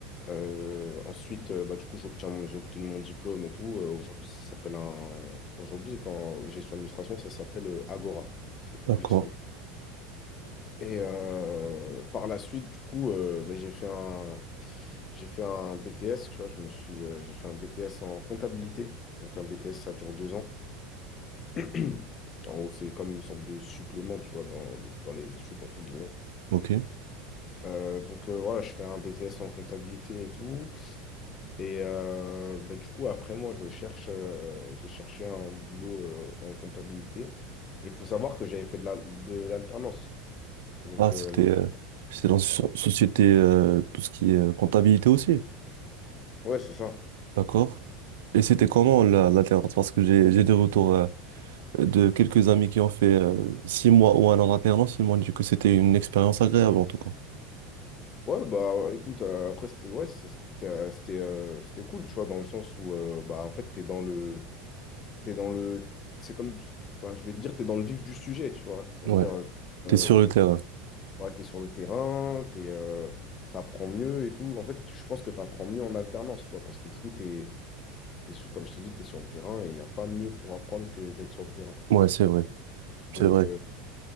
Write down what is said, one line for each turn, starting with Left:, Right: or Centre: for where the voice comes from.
Left: Euh, ensuite, euh, bah, du coup, j'obtiens mon- j'ai obtenu mon diplôme et tout. Euh, aujourd'hui, ça s'appelle un. Aujourd'hui, quand gestion administration ça s'appelle euh, Agora. C'est plus
Right: d'accord,
Left: gestion Et euh, par la suite, du coup, euh, ben, j'ai fait un, j'ai fait un BTS, tu vois, je me suis, euh, j'ai fait un BTS en comptabilité. Donc un BTS, ça dure deux ans. <clears throat> En gros, c'est comme une sorte de supplément, tu vois, dans, dans les études, entre guillemets.
Right: ok.
Left: Euh, donc euh, voilà, je fais un BTS en comptabilité et tout. Et euh, bah, du coup, après moi, je cherche, euh, j'ai cherché un boulot euh, en comptabilité. Il faut savoir que j'avais fait de la- de l'alternance. Donc,
Right: Ah,
Left: euh,
Right: c'était euh, c'était dans une so-
Left: non.
Right: société, euh, tout ce qui est euh, comptabilité aussi,
Left: Ouais, c'est ça.
Right: d'accord. Et c'était
Left: Donc,
Right: comment la, la dernière Parce que j'ai j'ai des retours. euh, de quelques amis qui ont fait euh, six mois ou un an d'alternance, ils m'ont dit que c'était une expérience agréable en tout cas.
Left: Ouais, bah écoute, euh, après, c'était ouais, c'est- c'était euh, c'était euh, c'était cool, tu vois, dans le sens où, euh, bah en fait, t'es dans le. T'es dans le. C'est comme. enfin, je vais te dire, t'es dans le vif du sujet, tu vois. Ça
Right: Ouais.
Left: veut dire,
Right: T'es
Left: euh,
Right: sur le
Left: t'es
Right: terrain.
Left: ouais, t'es sur le terrain, t'es, euh, t'apprends mieux et tout. En fait, je pense que t'apprends mieux en alternance, tu vois, parce que du coup, t'es, t'es sur, comme je te dis, t'es sur le terrain et il n'y a pas mieux pour apprendre que d'être sur le terrain.
Right: Ouais, c'est vrai.
Left: Donc.
Right: C'est vrai.
Left: euh,